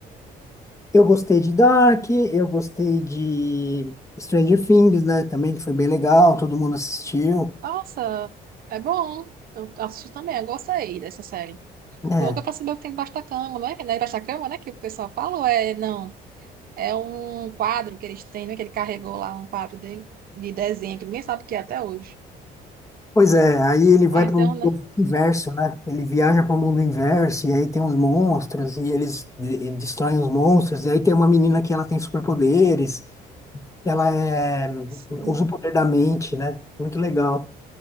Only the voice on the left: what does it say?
Eu gostei de Dark, eu gostei de Stranger Things, né, também, que foi bem legal, todo mundo assistiu,
né.
Pois é, aí ele vai
para
o mundo
inverso, né? Ele viaja para o mundo inverso, e aí tem os monstros, e eles de- e destroem os monstros, e aí tem uma menina que ela tem superpoderes, Ela é,
usa o poder da mente, né? Muito legal.